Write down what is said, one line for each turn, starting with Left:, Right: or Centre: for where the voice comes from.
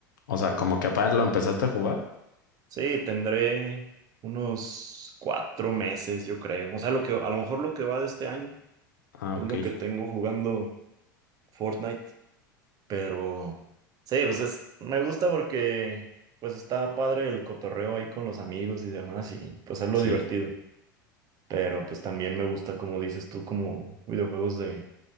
Left: o sea,
Right: Sí.
Left: como que apenas lo empezaste a jugar.
Right: Sí, tendré unos cuatro meses, yo creo. O sea, lo que, a lo mejor lo que va de este año
Left: Ah,
Right: es
Left: ok,
Right: lo que tengo jugando Fortnite. Pero sí, pues es, me gusta porque pues está padre el cotorreo ahí con los amigos y demás y pues es lo
Left: sí.
Right: divertido. Pero pues también me gusta, como dices tú, como videojuegos de,